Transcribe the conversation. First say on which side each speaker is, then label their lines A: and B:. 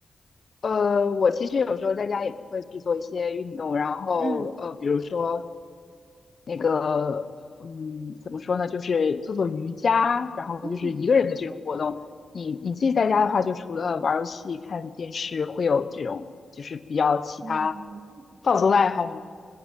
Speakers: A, on the left; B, on the right.
A: 呃，我其实有时候在家也会去做一些运动，然后呃，
B: 嗯
A: 比如说那个，嗯，怎么说呢，就是做做瑜伽，然后就是一个人的这种活动。
B: 嗯
A: 你你自己在家的话，就除了玩儿游戏、看电视，会有这种就是比较其他
B: 嗯
A: 放松的爱好吗？